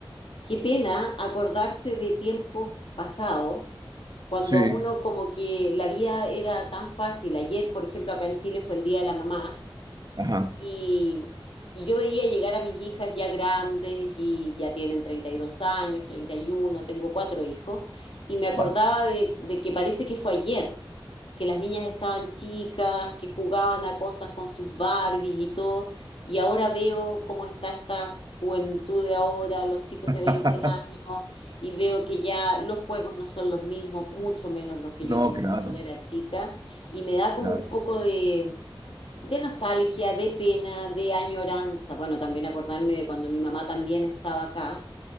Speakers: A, on the left; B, on the right.
A: Qué pena acordarse de tiempos pasados, cuando
B: Sí,
A: uno como que la vida era tan fácil. Ayer, por ejemplo, acá en Chile fue el Día de la Mamá
B: ajá.
A: y, y yo veía llegar a mis hijas ya grandes y ya tienen 32 años, treinta y uno tengo cuatro hijos, y me acordaba
B: Guau.
A: de, de que parece que fue ayer, que las niñas estaban chicas, que jugaban a cosas con sus Barbies y todo, y ahora veo cómo está esta juventud de ahora, los chicos
B: <laughs>
A: de 20 años, y veo que ya los juegos no son los mismos, mucho menos los que
B: No,
A: yo tenía
B: claro,
A: cuando era chica, y me da como
B: claro.
A: un poco de de nostalgia, de pena, de añoranza. Bueno, también acordarme de cuando mi mamá también estaba acá